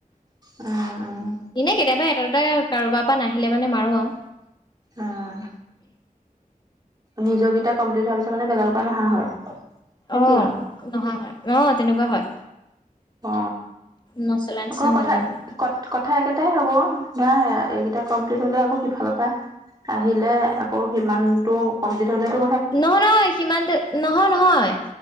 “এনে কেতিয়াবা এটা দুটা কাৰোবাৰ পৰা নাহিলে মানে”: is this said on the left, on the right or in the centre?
Left